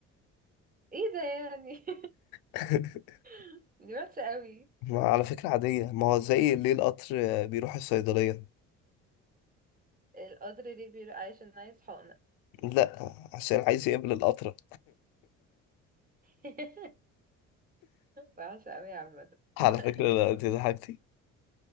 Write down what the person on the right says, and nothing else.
ايه ده يعني
<laughs> دي وحشة قوي
القدر دي بيقول عشان عايز حقنة
<laughs> وحشة قوي عامة
<laughs>